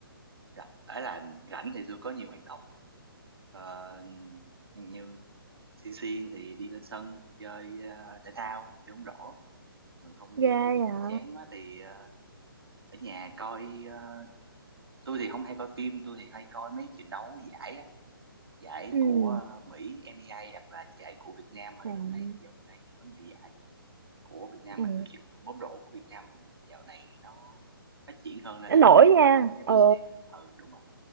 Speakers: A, on the right; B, on the right.
A: rảnh, ấy là rảnh thì tôi có nhiều hoạt động Ờ, như xiên xiên thì đi lên sân chơi ờ, thể thao chơi bóng rổ còn không
B: ghê
A: thì
B: à
A: chán quá thì ờ, ở nhà coi ờ, tôi thì không hay coi phim tôi thì hay coi mấy trận đấu giải á giải
B: ừ
A: của ờ, Mỹ NBA hoặc là giải của Việt Nam ở
B: à
A: gần đây dạo gần đây thì có nhiều giải của Việt Nam
B: ừ.
A: mình tổ chức bóng rổ của Việt Nam mình dạo này nó phát triển hơn nên
B: nổi
A: là có nhiều
B: nha
A: giải đấu cho
B: ờ
A: tôi xem ừ đúng rồi